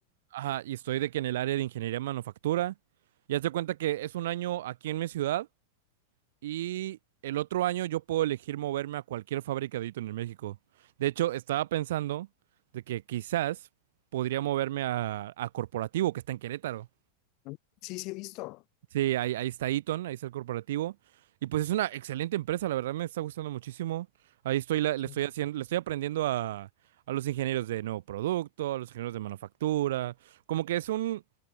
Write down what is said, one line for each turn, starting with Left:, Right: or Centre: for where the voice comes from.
Right: Ajá, y estoy de que en el área de ingeniería manufactura. Ya te cuenta que es un año aquí en mi ciudad y el otro año yo puedo elegir moverme a cualquier fabricadito en el México. De hecho, estaba pensando de que quizás podría moverme a, a Corporativo, que está en Querétaro.
Left: Mm, Sí, sí, he visto.
Right: Sí, ahí, ahí está Eaton, ahí está el corporativo. Y pues es una excelente empresa, la verdad me está gustando muchísimo. Ahí estoy, la-
Left: Sí.
Right: le estoy haciendo, le estoy aprendiendo a, a los ingenieros de nuevo producto, a los ingenieros de manufactura. Como que es un,